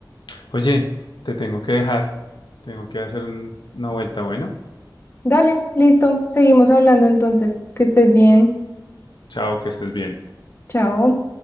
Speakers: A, on the left; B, on the left.
A: Oye, te tengo que dejar. Tengo que hacer un- una vuelta, bueno.
B: Dale, listo, seguimos hablando entonces, que estés bien,
A: Chao, que estés bien.
B: chao.